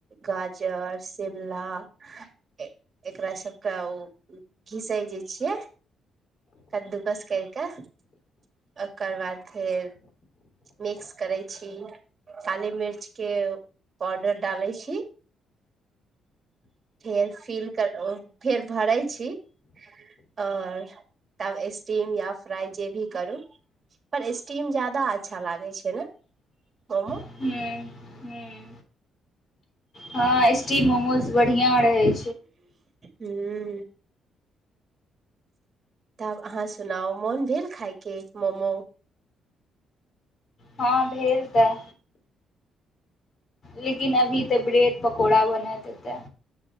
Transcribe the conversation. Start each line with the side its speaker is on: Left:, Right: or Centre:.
Right: गाजर, शिमला। एकरा- एकरा सबके ओ घिसै जे छियै। कद्दूकस कैर कऽ ओकर बाद फेर। मिक्स करैत छी, काली मिर्चके पाडर डालैत छी। फेर सिर करे ओ फेर भरै छी। और तब स्टीम या फ्राइ जे भी करू। पर स्टीम ज्यादा अच्छा लागे छै ने मोमो।
Left: हूं -हूं। हँ स्टीम मोमोज बढ़िया रहे।
Right: हूं। तब अहाँ सुनाउ मोन भेल खायके मोमो।
Left: हँ भेल तऽ। लेकिन अभी तऽ ब्रेड पकौड़ा बनेत हेतै।